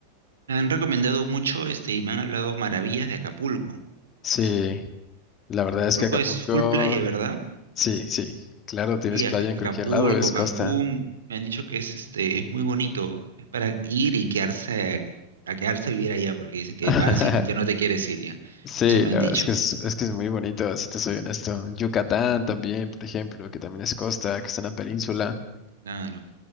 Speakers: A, on the right; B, on the left.
A: Me han recomendado mucho este, y me han hablado maravillas de Acapulco.
B: Sí, la verdad
A: Acapulco
B: es que Acapulco,
A: es full playa, ¿verdad?
B: sí, sí, claro, tienes
A: Y
B: playa
A: Aca-
B: en
A: Acapulco,
B: cualquier lado, es
A: Cancún,
B: costa.
A: me han dicho que es este, es muy bonito, es para ir y quedarse a, a quedarse a vivir allá, porque dice que
B: <laughs>
A: vas y ya no te quieres ir ya.
B: Sí,
A: Eso me
B: la
A: han
B: verdad
A: dicho.
B: es que es, es que es muy bonito, si te soy honesto. Yucatán también, por ejemplo, que también es costa, que está en la península.
A: Claro.